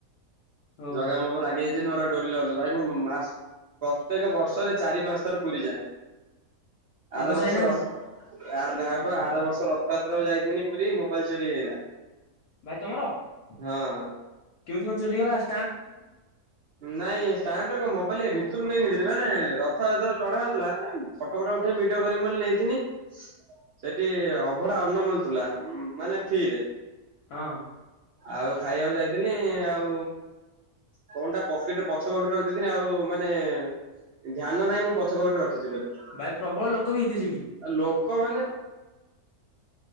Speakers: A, on the left; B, on the right.
A: ଓହୋ
B: ଜଗା ମୋ ଉପରେ ରାଗି ଯାଇଚି ନ ଆଉ ଡୋରି ଲଚ ପାହେ ମ ମ ମାସ ପ୍ରତ୍ୟେକ ବର୍ଷରେ ଚାରି ପାଞ୍ଚ ଥର ପୁରୀ ଯାଏ। ଆର
A: ଏଇ ବର୍ଷ
B: ବର୍ଷର
A: ଯାଇନାହାନ୍ତି?
B: ଆ ଆର ନାଁ ପା ଆର ବର୍ଷର ରଥଯାତ୍ରା କୁ ଯାଇଥିନି ପୁରୀ ମୋବାଇଲ ଚୋରି ହେଇଗଲା।
A: ଭାଇ ତମର କେମିତି
B: ହଁ
A: କଣ ଚୋରିହେଇଗଲା? ଆ
B: ନାଇଁ ଷ୍ଟାଣ୍ଡ କନମୋବାଇଲ ଭିତରୁ ନେଇନଥିନି। ମାନେ ରଥ ଯେତେବେଳେ ଟଢା ହଉଥିଲା ଫଟୋ ଫଟୋ ଉଠେଇ ଭିଡିଓ କରିମି ବୋଲି ନେଇଥିନି ସେଠି ଅଭଢା ଅନ୍ନ ମିଳୁଥିଲା ମାନେ ଫ୍ରିରେ।
A: ହଁ।
B: ଆଉ ଖାଇବାକୁ ଯାଇଥିଲି ଆଉ ଫୋନଟା ପକେଟ୍ ପଛ ପକେଟ ରେ ର ଲଖିଦେଇଥିଲି ଆଉ ମାନେ ଧ୍ୟାନ ନାାଇଁ ମୁଁ ପଛ ପକେଟ୍ ରେ ରଖ ଖିଚି ବୋଲି ଆଉ
A: ଭାଇ ପ୍ରବଳ ଲୋକ ବି ହେଇଥିଲେ ସେଠି।
B: ଲୋକମାନେ।